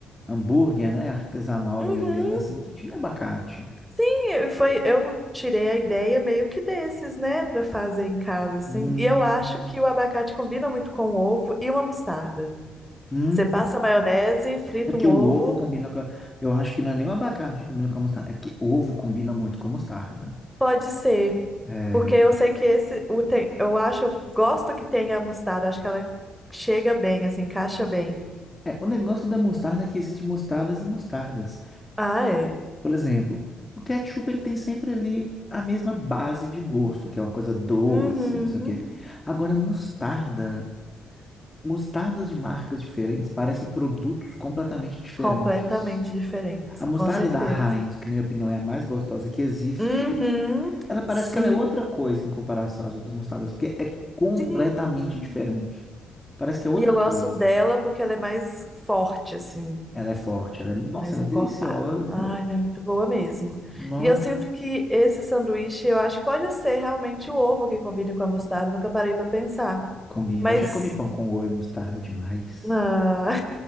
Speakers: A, on the left; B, in the centre.
A: hambúrguer, né? Artesanal
B: Uhum.
A: vendendo assim, que tinha abacate.
B: Sim, foi, eu tirei a ideia meio que desses, né, Pra fazer em casa, assim.
A: Hum.
B: E eu acho que o abacate combina muito com ovo e uma mostarda.
A: Hum.
B: Você passa maionese, frita
A: É porque
B: um ovo,
A: o ovo combina com. a- Eu acho que não é nem o abacate que combina com a mostarda. É porque ovo combina muito com mostarda.
B: pode ser,
A: É.
B: porque eu sei que esse, o tem, eu acho, eu gosto que tenha a mostarda, acho que ela chega bem, assim, encaixa bem.
A: É, o negócio da mostarda é que existem mostardas e mostardas.
B: Ah, é.
A: Por exemplo, o ketchup ele tem sempre ali a mesma base de gosto, que é uma coisa doce,
B: Uhum.
A: não sei o quê. Agora, mostarda, mostardas de marcas diferentes parecem produtos completamente diferentes.
B: Completamente diferentes,
A: A mostarda
B: com certeza.
A: da Heinz, que na minha opinião é a mais gostosa que existe,
B: Uhum.
A: ela parece
B: Sim.
A: que ela é outra coisa em comparação às outras mostardas, porque é completamente
B: Sim.
A: diferente. Parece que é outra
B: E eu
A: coisa.
B: gosto dela porque ela é mais forte, assim,
A: Ela é forte, ela é, nossa,
B: mais
A: ela
B: encorpada.
A: é deliciosa.
B: Ah, ela é muito boa mesmo.
A: Nó,
B: E eu sinto que esse sanduíche, eu acho que pode ser realmente o ovo que combine com a mostarda, nunca parei pra pensar.
A: combina.
B: Mas,
A: Eu já comi pão com ovo e mostarda demais.
B: ah,